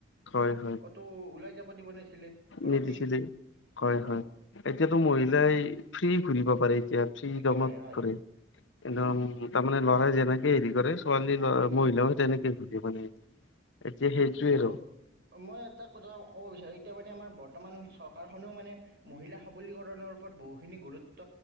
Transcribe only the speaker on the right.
ক'তো ওলাই যাব দিব নোৱাৰছিলে ঘৰতেই
সেনেকুৱা
একেবাৰে
হয়
উম, উম,
উম, উম,
অ', মই এটা কথা ক'ব বিচাৰো এতিয়া মানে আমাৰ বত বৰ্তমান চৰকাৰখনেও মানে মহিলা সবলীকৰণৰ ওপৰত বহুখিনি গুৰুত্ব